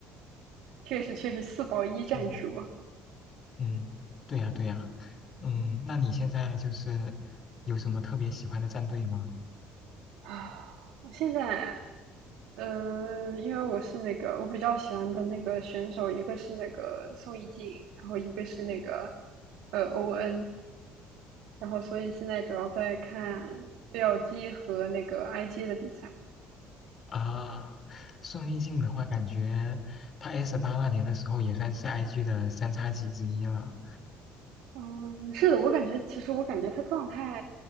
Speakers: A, on the right (about 75°); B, on the left (about 30°).
A: 确实确实四保一战术
B: 嗯嗯，对呀对呀，嗯，那你现在就是有什么特别喜欢的战队吗？
A: 啊，我现在，嗯，因为我是那个我比较喜欢的那个选手，一个是那个宋一静，然后一个是那个呃 ON，然后所以现在主要在看 BLG 和那个 IG 的比赛，
B: 啊，宋一静的话，感觉她 S 八那年的时候也算是 IG 的三叉戟之一了。
A: 嗯，是的，我感觉其实我感觉他状态